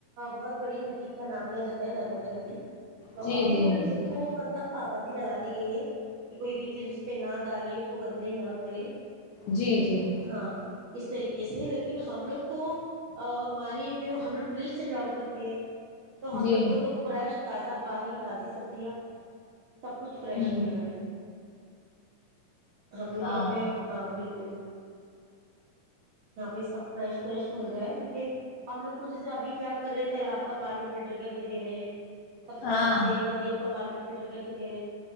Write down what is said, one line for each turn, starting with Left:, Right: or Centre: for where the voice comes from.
Right: بہت بڑی ندی کا نام لیا جاتا ہے نرمدا ندی <unintelligible> تو
Left: جی
Right: ابھی
Left: جی نرمدا
Right: اس کو مطلب <unintelligible> پابندی لگا دی گئی ہے کہ کوئی بھی چیز <unintelligible> پ نہ ڈالے اس کو گندا ہی نہ کرے <unintelligible>
Left: جی جی <inaudible>
Right: ہاں اس طریقے سے لیکن ہم لوگ تو ہماری جو ہم لوگ پولیس سے بلانگ کرتے ہیں تو ہم
Left: جی
Right: لوگ کو تو فریش تازہ پانی تازی سبزیاں سب کچھ فریش
Left: ہوں
Right: مل رہا ہے ہم لوگ
Left: ہاں
Right: یہاں پہ ہاں بالکل <unintelligible> یہاں پہ سب فریش فریش مل رہا ہے کیونکہ ہم لوگ کھ جیسے ابھی کیا کر رہے تیلاب کا پانی فلٹر کر کے دے رہے ہیں <unintelligible> سب
Left: ہاں
Right: طرف سے ندیوں کا پانی <unintelligible> فلٹر کر کے دے رہے